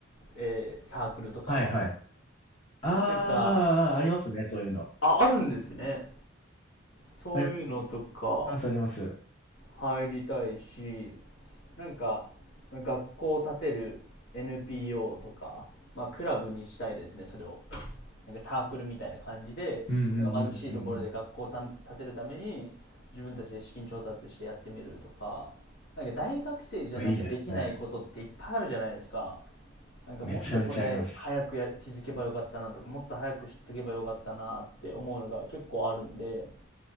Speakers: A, on the left (about 60°); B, on the left (about 30°).
A: えーサークルとか。
B: はいはい。あ
A: なんか、
B: あ、ありますね、そういうの。
A: あ、あるんですね。そういうのとか
B: あります、あります。う
A: 入りたいし、なんか、学校を建てる NPO とか、まあ、クラブにしたいですね、それを。なんかサークルみたいな感じで、
B: んうんうんうん
A: なんか貧しいところで学校をた建てるために、自分たちで資金調達してやってみるとか、なんか大学生じゃなきゃできないことっていっぱいあるじゃないですか。
B: うん。いいですね。
A: なんかもっとこれ早くや気づけばよかったなとか、
B: めちゃめちゃあります。
A: もっと早く知っとけばよかったなって思うのが結構あるんで、